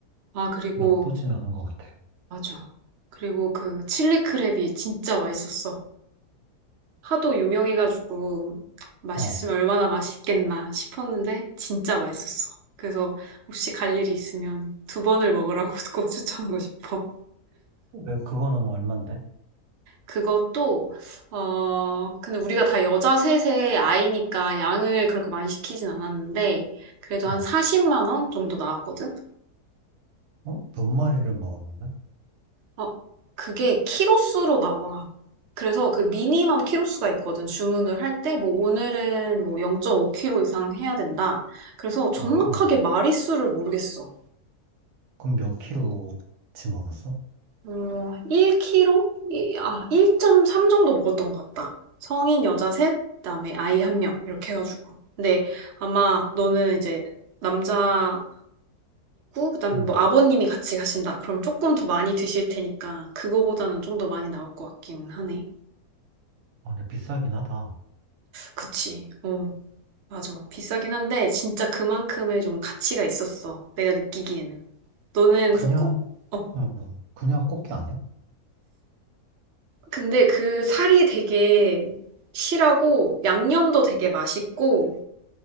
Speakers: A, on the right; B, on the right.
A: 아, 그리고
B: 나쁘진 않은 것 같아.
A: 맞아. 그리고 그 칠리 크랩이 진짜 맛있었어. 하도 유명해가지고 맛있으면
B: 어,
A: 얼마나 맛있겠나 싶었는데 진짜 맛있었어. 그래서 혹시 갈 일이 있으면 두 번을 먹으라고 <laughs> 꼭 추천하고 싶어.
B: 왜 그거는 얼만데?
A: 그것도 어 근데 우리가 다 여자 셋의 아이니까 양을 그렇게 많이 시키진 않았는데 그래도
B: 어,
A: 한 40만 원 정도 나왔거든.
B: 어? 몇 마리를 먹었는데?
A: 어, 그게 키로수로 나와. 그래서 그 미니멈 키로수가 있거든. 주문을 할 때, 뭐, 오늘은 뭐 0 5 k 로 이상 해야 된다. 그래서 정확하게
B: 아, 어,
A: 마리수를 모르겠어.
B: 그럼 몇 킬로치 먹었어?
A: 어, 1 k 이 아, 1.3 정도 먹었던 것 같다. 성인 여자 셋, 그다음에 아이 한 명. 이렇게 해가지고. 근데 아마 너는 이제 남자이고, 그다음에
B: 응,
A: 뭐 아버님이 같이 가신다. 그럼 조금 더 많이 드실 테니까, 그거보다는 좀 더 많이 나올 것 같기는 하네.
B: 어, 근데 비싸긴 하다.
A: 그치. 어. 맞아. 비싸긴 한데 진짜 그만큼의 좀 가치가 있었어. 내가 느끼기에는. 너는
B: 그냥,
A: 후콕? 어.
B: 응, 응. 그냥 꽃게 아니야?
A: 근데 그 살이 되게 실하고 양념도 되게 맛있고